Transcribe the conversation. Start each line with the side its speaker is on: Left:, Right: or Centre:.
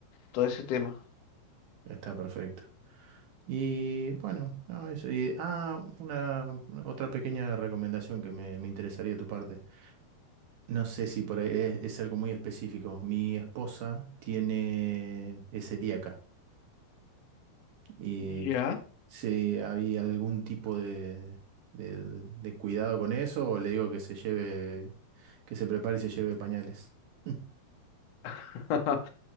Left: todo ese tema.
Right: Está perfecto. Y bueno, no, eso. Y, ah, una, una- otra pequeña recomendación que me, me interesaría de tu parte. No sé si por ahí es, es algo muy específico. Mi esposa tiene, es celíaca y
Left: Ya.
Right: si había algún tipo de, de- de cuidado con eso o le digo que se lleve, que se prepare y se lleve pañales. <laughs>
Left: <laughs>